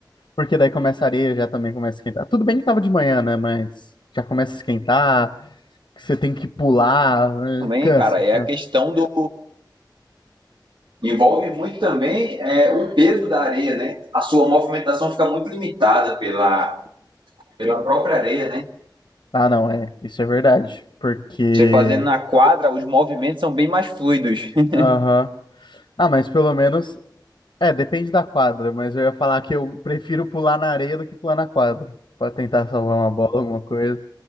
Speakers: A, on the left (about 85°); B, on the right (about 80°).
A: Porque daí começa a areia, já também começa a esquentar. Tudo bem que tava de manhã, né? Mas já começa a esquentar, que você tem que pular, né?
B: Também,
A: cansa,
B: cara, é
A: cansa.
B: a questão do Envolve muito também é, o peso da areia, né? A sua movimentação fica muito limitada pela, pela própria areia, né?
A: Ah, não, é. Isso é verdade. Porque.
B: Você fazendo na quadra, os movimentos são bem mais fluidos. <laughs>
A: Aham. Ah, mas pelo menos É, depende da quadra, mas eu ia falar que eu prefiro pular na areia do que pular na quadra, Pra tentar salvar uma bola, alguma coisa,